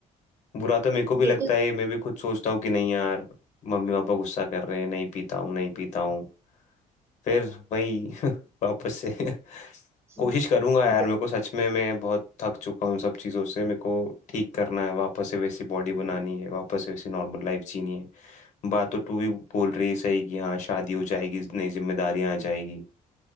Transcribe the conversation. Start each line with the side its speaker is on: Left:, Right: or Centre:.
Left: बुरा तो मेरे को भी लगता
Right: ये तो
Left: है मैं भी खुद सोचता हूँ कि नहीं यार मम्मी पापा गुस्सा कर रहे हैं नहीं पीता हूँ नहीं पीता हूँ फिर वही <laughs> वापस से <laughs>
Right: ज-
Left: कोशिश करूंगा यार
Right: ज-
Left: मेरे को सच में मैं बहुत थक चुका हूँ इन सब चीज़ों से मेरे को ठीक करना है वापस से वैसी बॉडी बनानी है वापस से वैसी नॉर्मल लाइफ जीनी है बात तो तू भी बोल रही है सही कि हाँ शादी हो जाएगी नई जिम्मेदारियां आ जाएगी